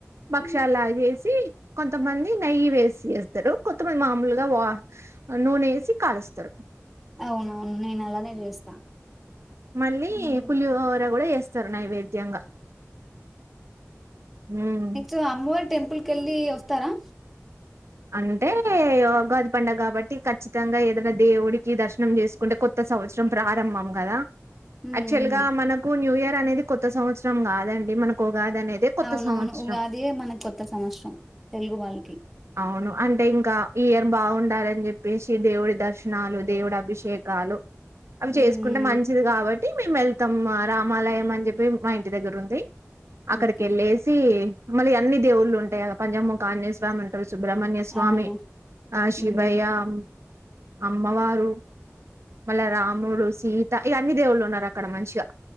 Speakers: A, on the right (about 60°); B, in the centre.
A: బక్షాలగా
B: ఉమ్
A: చేసి కొంతమంది నెయ్యి వేసి చేస్తారు. కొత్తమంది మామూలుగా వా నూనె ఏసి కాలుస్తారు.
B: అవునవును నేను అలానే చేస్తా
A: మళ్ళీ
B: ఉమ్.
A: పులిహోర కూడా చేస్ స్తరు నైవేద్యంగా ఉమ్
B: నెక్స్ట్ అమ్మోర్ టెంపుల్ కెళ్ళ వస్తస్తారా
A: అంటే ఉగాది పడుగ కాబట్టి ఖచ్చితంగా ఏదైనా దేవుడికి దర్శనం చేసుకుంటే కొత్త సంవత్సరం ప్రారంభం కదా
B: ఉమ్
A: యాక్చువల్ గా మనకు న్యూఇయర్ అనేది కొత్త సంవత్సరం కాదండి మనకు ఉగాది అనేది కొత్త
B: అవునవును
A: సంవత్సరం
B: ఉగాది అదే మన కొత్త సంవత్సరం తెలుగు వాళ్ళకి
A: అవును అంటే ఇంకా ఈఇయర్ బాగుండాలని చెప్పేసి దేవుడి దర్శనాలు దేవుడి అభిషేకాలు అవి చేసుకుంటే
B: ఉమ్
A: మంచిది కాబట్టి మేము వెళ్తాం రామాలయం అని చెప్పి మా ఇంటి దగ్గర ఉంది అక్కడికి
B: ఓకే
A: వెళ్ళేసి మళ్ళ అన్ని ళ్ళలు ఉంటాయక పజామం కాజ స్వామి ఉంటారు సుబ్రహ్మణ్య స్వామి
B: అవును
A: ఆ శివయ్యాం
B: ఉమ్
A: అమ్మవారు మళ్ళ రాముడు సీత ఈ అన్ని దేవుళ్ళు ఉన్నారుారక్క అక్కడ మంచిగా